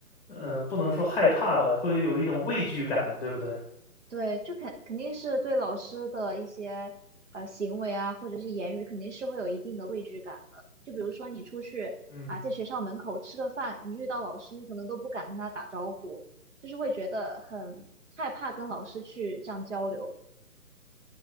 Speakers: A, in the centre; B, on the right (about 50°).
A: 呃，不能说害怕吧，会有一种畏惧感，对不对？
B: 对，就肯肯定是对老师的一些呃行为啊，或者是言语，肯定是会有一定的畏惧感的。就比如说你出去啊，
A: 嗯，
B: 在学校门口吃个饭，你遇到老师，你可能都不敢跟他打招呼，就是会觉得很害怕跟老师去这样交流。